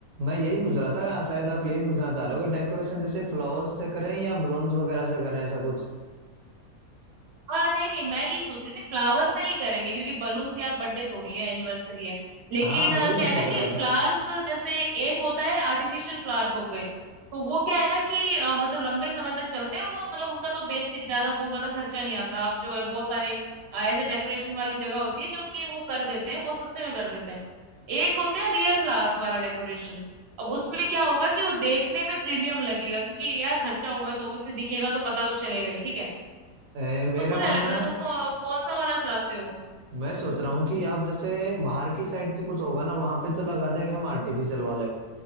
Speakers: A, on the right; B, on the right.
A: मैं यही पूछ रहा था शायद आप यही पूछना चाह रहे हो कि डेकोरेशन जैसे फ्लावर्स से करें या बलून्स वगैरह से करें ऐसा कुछ
B: हाँ नहीं नहीं मैं ये सोच रही थी फ्लावर्स से ही करेंगे क्योंकि बलून यार बर्थडे थोड़ी है एनिवर्सरी है लेकिन
A: हाँ वही
B: अ,
A: मैं
B: क्या
A: सोच
B: है ना
A: रहा
B: कि
A: था
B: फ्लावर्स जैसे एक होता है आर्टिफिशियल फ्लावर्स हो गए तो वो क्या है ना कि अ, मतलब लंबे समय तक चलते हैं और वो मतलब उनका तो बेसिक ज्यादा बहुत ज्यादा खर्चा नहीं आता अब जो है बहुत सारे अ, ऐसे डेकोरेशन वाली जगह होती है जो कि वो कर देते हैं बहुत सस्ते में कर देते हैं एक होते हैं रियल फ्लावर्स वाला डेकोरेशन अब उसमें क्या होगा कि वो देखने में प्रीमियम लगेगा क्योंकि यार खर्चा हुआ है तो ऑब्वियसली दिखेगा तो पता तो चलेगा ही ठीक है
A: ए, मेरा
B: तुमको
A: मानना
B: क्या लगता है
A: है
B: तुम अ, कौन सा वाला चाहते हो
A: मैं सोच रहा हूँ कि आप जैसे बाहर की साइड से कुछ होगा ना वहां पे तो लगा देंगे हम आर्टिफिशियल वाले